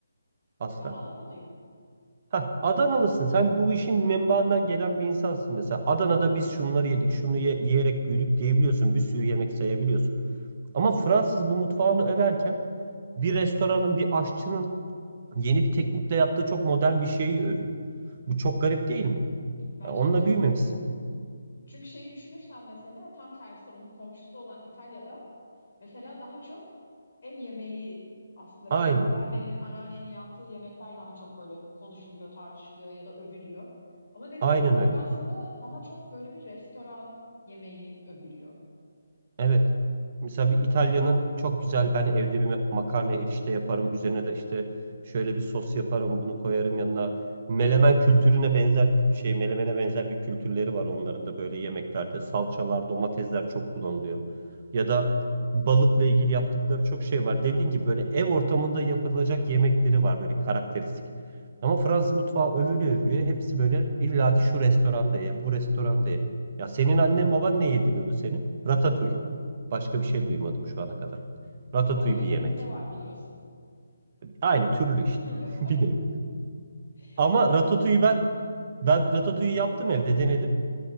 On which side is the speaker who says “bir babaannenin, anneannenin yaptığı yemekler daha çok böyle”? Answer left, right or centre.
Left